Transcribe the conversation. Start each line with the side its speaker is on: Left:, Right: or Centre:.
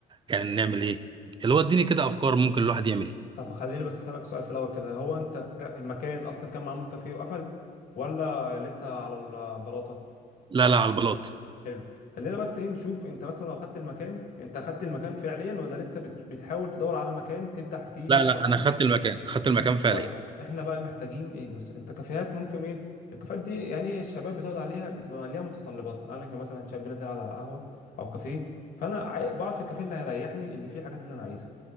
Right: يعني نعمل ايه اللي هو اديني كده افكار ممكن الواحد يعمل ايه
Left: طب خليني بس اسالك سؤال في الاول كده هو انت ك- المكان اصلا كان معمول كافيه وقفل ولا لسه على البلاطه
Right: لا لا على البلاط
Left: حلو خلينا بس ايه نشوف انت مثلا لو خدت المكان انت خدت المكان فعليا ولا لسه بت- بتحاول تدور على مكان تفتح فيه
Right: لا لا
Left: كافيه
Right: انا خدت المكان خدت المكان فعليا
Left: طيب احنا بقى محتاجين ايه دوس انت كافيهات ممكن ايه الكافيهات دي يعني إيه، الشباب بتقعد عليها بتبقى ليها متطلبات انا كمثلا شاب نازل قاعد على قهوه او كافيه فانا عاي- بقعد في الكافيه اللي هيريحني اللي فيه الحاجات اللي انا عايزها